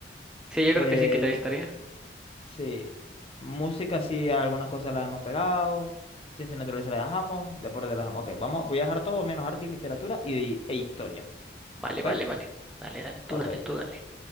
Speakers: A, in the centre; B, on the left.
A: Sí, yo creo
B: Eh,
A: que sí que te estaría.
B: sí. Música, sí, algunas cosas las hemos pegado. Ciencia y naturaleza las dejamos. Deporte las dejamos. Ok, vamos, voy a dejar todo menos arte y literatura y, e historia.
A: Vale,
B: ¿Ok?
A: vale, vale. Dale, dale, tú,
B: Ok,
A: dale, tú, dale.